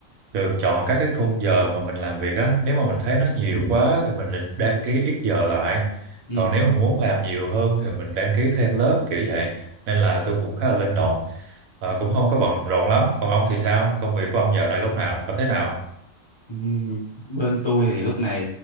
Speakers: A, on the right (about 85°); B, on the left (about 30°).
A: được chọn các cái khung giờ mà mình làm việc á nếu mà mình thấy nó nhiều quá thì mình định đăng ký ít giờ lại
B: Ừ.
A: còn nếu mình muốn làm nhiều hơn thì mình đăng ký thêm lớp kiểu vậy nên là tôi cũng khá là linh động Ờ, cũng không có bận rộn lắm còn ông thì sao công việc của ông dạo này lúc nào thế nào
B: Ừm, Bên tôi thì lúc này